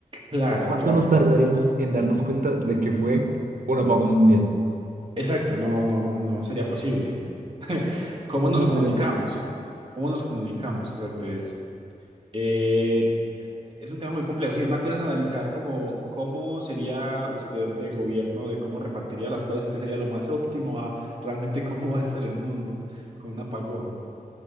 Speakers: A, on the right; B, on the right.
A: claro,
B: ¿Cuánto
A: claro.
B: nos tardaríamos en darnos cuenta de que fue un apagón mundial?
A: Exacto, no, no, no sería posible. ¿Cómo
B: No
A: nos comunicamos?
B: sería posible.
A: ¿Cómo nos comunicamos? Exacto, es, eh, es un tema muy complejo. Sí, una cosa es analizar cómo, cómo sería usted de gobierno, de cómo repartiría las cosas y qué sería lo más óptimo a realmente cómo va a estar el mundo con un apagón.